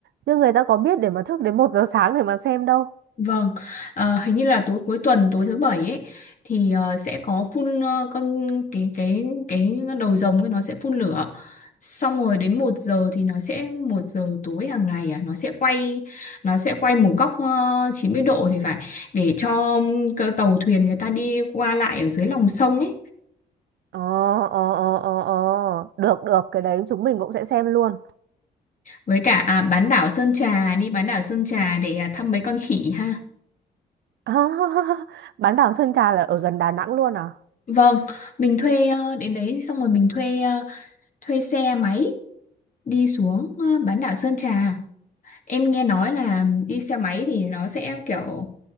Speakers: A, on the right; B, on the left.
A: Nhưng người ta có biết để mà thức đến một giờ <laughs> sáng để mà xem đâu.
B: Vâng, à, hình như là tối cuối tuần tối thứ bảy ấy thì ờ, sẽ có phun ờ, con cái cái cái đầu rồng ấy nó sẽ phun lửa. Xong rồi đến một giờ thì nó sẽ một giờ tối hàng ngày à nó sẽ quay nó sẽ quay một góc ờ, 90 độ thì phải để cho cái tàu thuyền người ta đi qua lại ở dưới lòng sông ấy
A: Ờ, ờ, ờ, ờ, ờ. Được, được, cái đấy chúng mình cũng sẽ xem luôn.
B: với cả à, bán đảo Sơn Trà đi bán đảo Sơn Trà để à, thăm mấy con khỉ ha.
A: <laughs> Bán đảo Sơn Trà là ở gần Đà Nẵng luôn à?
B: Vâng, mình thuê ờ, đến đấy xong rồi mình thuê ờ, thuê xe máy đi xuống ờ, bán đảo Sơn Trà em nghe nói là đi xe máy thì nó sẽ kiểu